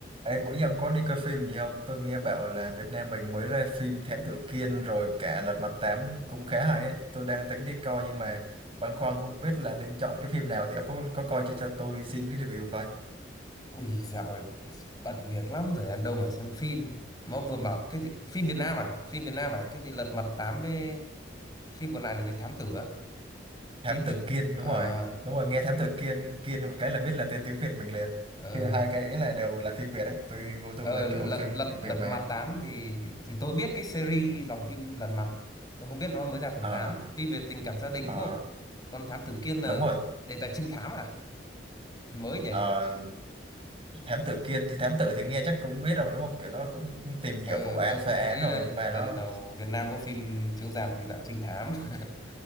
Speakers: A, on the right; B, on the left.
A: Ê, bữa giờ ông có đi coi phim gì không? Tôi nghe bảo là Việt Nam mình mới ra phim Thám Tử Kiên rồi cả Lật Mặt Tám cũng khá hay ấy. Tôi đang tính đi coi nhưng mà băn khoăn không biết là nên chọn cái phim nào thì ông có có coi cho cho tôi xin cái review coi.
B: Ui dạo này bận việc lắm thời gian đâu mà xem phim mà ông vừa bảo cái gì? phim Việt Nam à phim Việt Nam à cái gì Lật Mặt Tám với phim còn lại là gì Thám Tử á
A: Thám
B: phim Việt
A: Tử Kiên
B: à,
A: đúng rồi. Đúng rồi, nghe Thám Tử Kiên Kiên một cái là biết là tên tiếng Việt mình liền.
B: ờ,
A: Thì hai cái ấy là đều là phim Việt đấy. Tôi gu tôi
B: ờ,
A: là
B: Lật
A: kiểu phim
B: Lật
A: phim Việt
B: Lật
A: mà.
B: Mặt Tám thì, thì thì tôi biết cái series dòng phim Lật Mặt tôi không biết nó mới ra phần
A: Ờ
B: tám. phim về tình cảm gia đình
A: ờ
B: đúng không còn Thám Tử Kiên là
A: đúng rồi.
B: đề tài trinh thám à mới nhỉ
A: Ờ, thám tử Kiên thì thám tử thì nghe chắc cũng biết rồi đúng không? Kiểu nó cũng tìm hiểu
B: ờ,
A: vụ án
B: tôi
A: phá
B: không
A: án
B: nghĩ
A: rồi
B: là
A: nhưng mà
B: lần
A: nó
B: đầu Việt Nam có phim chiếu rạp dạng trinh thám <laughs>